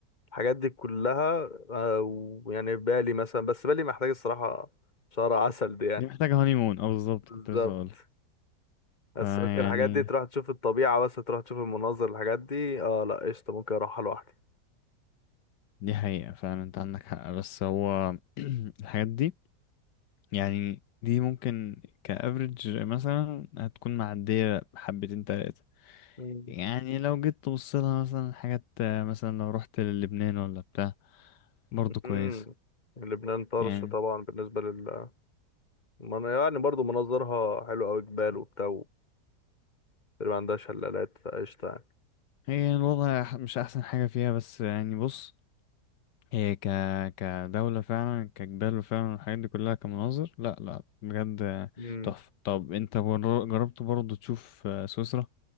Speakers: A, on the left (about 25°); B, on the left (about 85°).
A: الحاجات دي كلها آه، ويعني بالي مثلا بس بالي محتاج الصراحة شهر عسل دي يعني
B: دي محتاجة هاني مون اه بالظبط
A: بالظبط
B: كنت لسه هقول
A: بس
B: فيعني
A: ممكن الحاجات دي تروح تشوف الطبيعة بس تروح تشوف المناظر الحاجات دي اه لا قشطة ممكن اروحها لوحدي
B: دي حقيقة فعلا انت عندك حق بس هو <clears throat> الحاجات دي يعني دي ممكن كأفريج مثلا هتكون معدية حبتين تلاتة
A: مم.
B: يعني لو جيت تبص لها مثلا حاجات آه، مثلا لو رحت للبنان ولا بتاع برضو كويس
A: امم لبنان طرش
B: يعني
A: طبعا بالنسبة لل من- يعني برضو مناظرها حلو أوي جبال وبتاع وتقريبا عندها شلالات فقشطة يعني
B: هي الوضع مش أحسن حاجة فيها بس يعني بص هي ك كدولة فعلا كجبال فعلا الحاجات دي كلها كمناظر لا لا بجد
A: امم
B: تحفة طب انت بر- جربت برضه تشوف آه، سويسرا